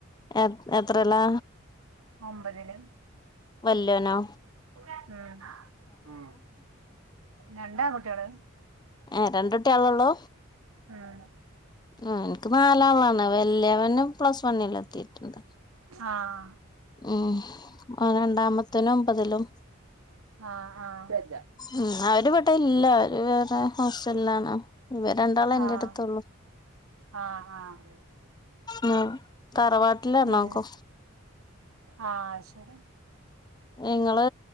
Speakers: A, on the left (about 20°); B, on the right (about 85°).
A: എ എത്രലാ?
B: ഒമ്പതില്
A: വല്ല്യോനോ?
B: ആഹ്, ഉം രണ്ട് ആൺ കുട്ടികള്.
A: ഏഹ് രണ്ട് കുട്ടിളൊള്ളൂ?
B: ആഹ്
A: ആഹ്, എനിക്ക് നാലാളാണ്. വലിയവന് പ്ലസ് വണ്ണിൽ എത്തീട്ടുണ്ട്.
B: ആഹ്
A: ഉം ആ രണ്ടാമത്തോന് ഒമ്പതിലും
B: ആഹ് ആഹ്
A: ഉം, അവര് ഇവിടെ ഇല്ല, അവര് വേറെ ഹോസ്റ്റലിലാണ്, ഇവര് രണ്ടാള് എന്റെടുത്തുള്ളൂ.
B: ആഹ് ആഹ്, ആഹ്
A: ആഹ് തറവാട്ടിലാണോ
B: പിന്നെ
A: കൊ
B: ആഹ്, അഹ് ശരി.
A: ഇങ്ങള്